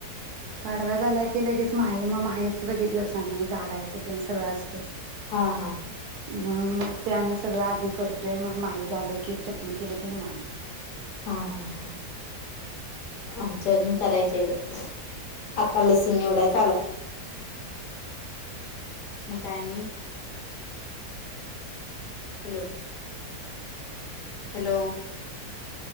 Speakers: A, on the right; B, on the left.
A: पाडवा झाला की लगेच माहि मग माहिच बघितलं अस ना मगं झाडायचं त्यां सगळं असतय.
B: हा हा
A: म्हणून मग ते आम्ही सगळं आधी करतोय मग माही झालं की चटणी केली की निवांत.
B: हा हा हा आमच अजून करायच आहे बघ आता लसूण निवडाय चालूय. मग काय आणि? हॅलो हॅलो